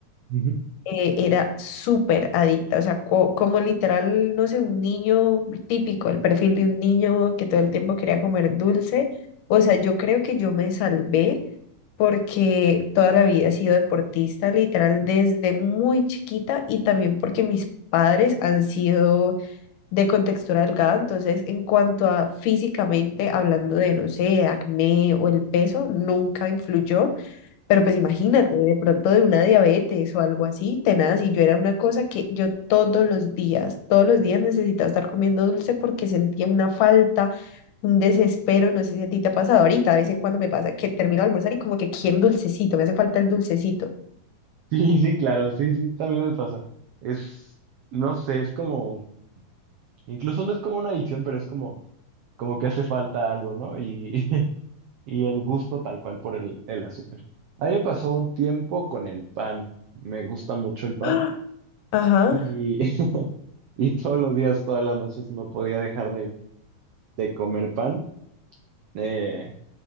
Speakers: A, on the right; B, on the left.
A: Ujú. <laughs>
B: eh, era súper adicta, o sea, co- como literal, no sé, un niño típico, el perfil de un niño que todo el tiempo quería comer dulce. O sea, yo creo que yo me salvé porque toda la vida he sido deportista, literal, desde muy chiquita y también porque mis padres han sido de contextura delgada, entonces en cuanto a físicamente, hablando de, no sé, acné o el peso, nunca influyó, pero pues imagínate, de pronto de una diabetes o algo así, tenaz, y yo era una cosa que yo todos los días, todos los días necesitaba estar comiendo dulce porque sentía una falta un desespero, no sé si a ti te ha pasado ahorita, de vez en cuando me pasa que termino de almorzar y como que quiero un dulcecito, me hace falta el dulcecito.
A: Sí, sí, claro, sí, sí, también me pasa. Es, no sé, es como, incluso no es como una adicción, pero es como, como que hace falta algo, ¿no? Y <laughs> y el gusto tal cual por el, el azúcar. A mí me pasó un tiempo con el pan. Me gusta mucho el pan
B: ¡Ah! Ajá,
A: y, <laughs> y todos los días, todas las noches no podía dejar de, de comer pan eh,